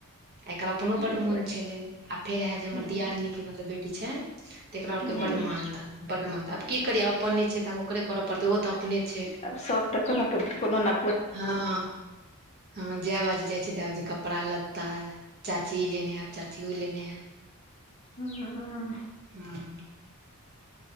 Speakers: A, on the right; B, on the left.
A: एकर अपनो बड
B: एहि
A: मोन
B: दुआरे
A: छलै, आ फेर रहै जे हमर
B: हँ
A: दियादनीके मतलब बेटी छैन। तेकरा ओरके
B: हँ
A: बड मान-दान बड मान-दा आब की करियै अपन नैय छै तऽ आब ओकरे करऽ पड़तै ओहो तऽ अपने छैय।
B: आब शौक तऽ कोनो के कोनो न
A: हँ हँ जए बाजी जाइ छैय तै बाजी कपड़ा-लत्ता चाची ई लेने एब चाची उ लेने ए
B: हम्म।
A: हूं।